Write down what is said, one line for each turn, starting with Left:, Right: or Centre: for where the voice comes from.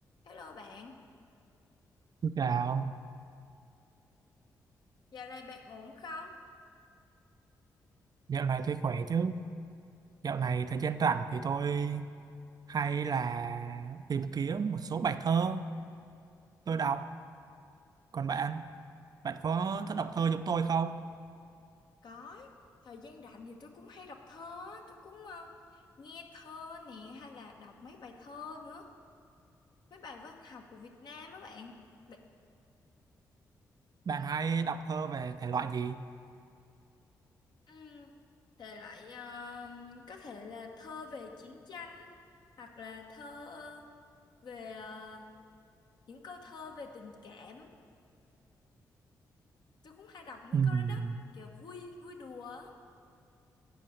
Left: Hello bạn,
Right: Xin Chào,
Left: dạo này bạn ổn không?
Right: dạo này tôi khỏe chứ? Dạo này thời gian rảnh thì tôi hay là tìm kiếm một số bài thơ tôi đọc. Còn bạn, bạn có thích đọc thơ giống tôi không?
Left: Có, thời gian rảnh thì tôi cũng hay đọc thơ, á, tôi cũng ờ, nghe thơ nè hay là đọc mấy bài thơ nữa, mấy bài văn học của Việt Nam á bạn. Bạn
Right: Bạn hay đọc thơ về thể loại gì?
Left: um, thể loại ờ, có thể là thơ về chiến tranh hoặc là thơ ờ, về ờ, những câu thơ về tình cảm. Tôi cũng hay đọc những
Right: Ừm,
Left: câu đó đó, kiểu vui vui đùa. á.